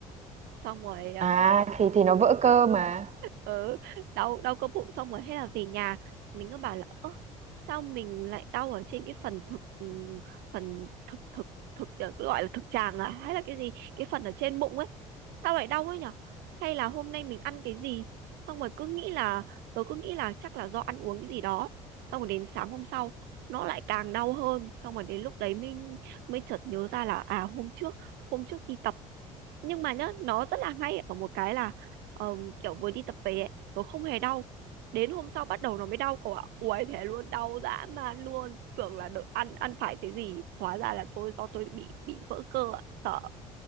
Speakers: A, on the right; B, on the right.
A: xong rồi ờ,
B: à thì thì nó vỡ cơ mà
A: ừ đau đau cơ bụng xong rồi thế là về nhà mình cứ bảo là ơ sao mình lại đau ở trên cái phần thực ừm, phần thực thực thực ờ, cứ gọi là thực tràng à hay là cái gì cái phần ở trên bụng ấy sao lại đau ấy nhở hay là hôm nay mình ăn cái gì xong rồi cứ nghĩ là tớ cứ nghĩ là chắc là do ăn uống cái gì đó xong rồi đến sáng hôm sau nó lại càng đau hơn xong rồi đến lúc đấy mình mới chợt nhớ ra là à hôm trước hôm trước đi tập nhưng mà nhá nó rất là hay ở một cái là ờm, kiểu vừa đi tập về ấy, tôi không hề đau đến hôm sau bắt đầu nó mới dao cậu ạ uầy thế luôn đau dã man luôn tưởng là được ăn ăn phải cái gì hóa ra là tôi do tôi bị bị vỡ cơ ạ sợ